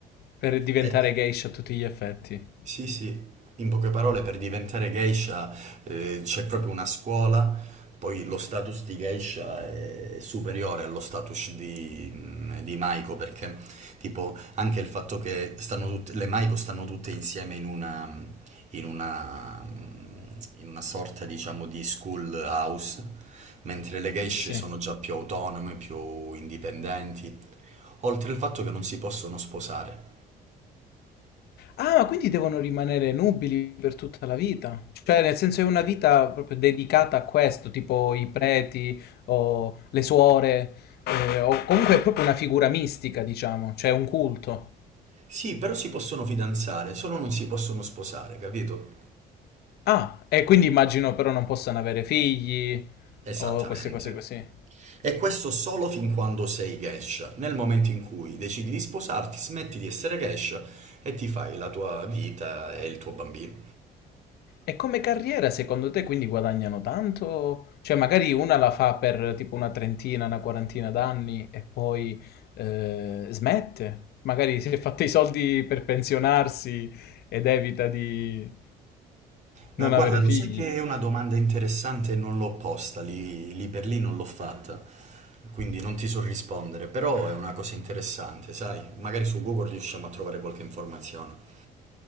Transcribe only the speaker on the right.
Eh,
Sì, sì, in poche parole per diventare geisha eh, c'è proprio una scuola, poi lo status di geisha è superiore allo status di, mh, di maiko perché tipo anche il fatto che stanno tutte, le maiko stanno tutte insieme in una, in una, mh, in una sorta diciamo di school house, mentre le geishe
sono già più autonome, più indipendenti, oltre al fatto che non si possono sposare.
Sì, però si possono fidanzare, solo non si possono sposare, capito?
Esattamente.
E questo solo fin quando sei geisha. Nel momento in cui decidi di sposarti, smetti di essere geisha e ti fai la tua vita e il tuo bambino.
Ma
guarda,
lo
sai che è una domanda interessante e non l'ho posta, lì, lì per lì non l'ho fatta, quindi non ti so rispondere, però è una cosa interessante, sai? Magari su Google riusciamo a trovare qualche informazione.